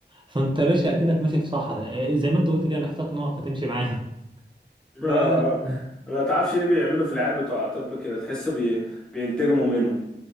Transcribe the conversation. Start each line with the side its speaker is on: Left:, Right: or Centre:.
Right: فأنت ماشي أكنك ماشي في صحراء آه، زي ما أنت قلت كده محتاج ناقة تمشي معاها
Centre: <laughs> آه،
Right: ف... <laughs> مم.
Centre: ما تعرفش ليه بيعملوا في العيال بتوع طب كده تحس بي... بينتجموا منهم